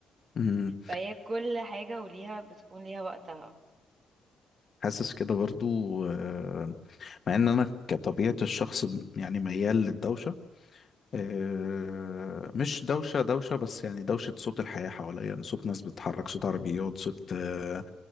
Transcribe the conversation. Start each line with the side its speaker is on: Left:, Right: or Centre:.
Left: مم.
Right: فهي كل حاجة وليها بتكون ليها وقتها
Left: حاسس كده برضو آه، مع ان انا كطبيعة الشخص ب- يعني ميال للدوشة آه، مش دوشة دوشة بس يعني دوشة صوت الحياة حواليا يعني صوت ناس بتتحرك صوت عربيات صوت آه،